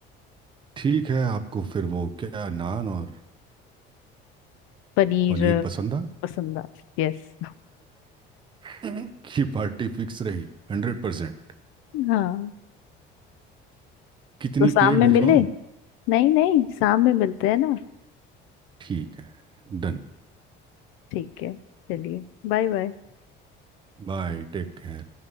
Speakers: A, on the right; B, on the left.
A: ठीक है आपको फिर वो क्या नान और
B: पनीर
A: पनीर पसंद आ
B: पसंद यस
A: <laughs> की पार्टी फिक्स रही हंड्रेड परसेंट
B: हाँ
A: कितनी
B: तो शाम
A: प्लेट
B: में
A: भिजवाऊं
B: मिले नहीं नहीं शाम में मिलते हैं ना
A: ठीक है डन
B: ठीक है चलिए बाय बाय
A: Bye take care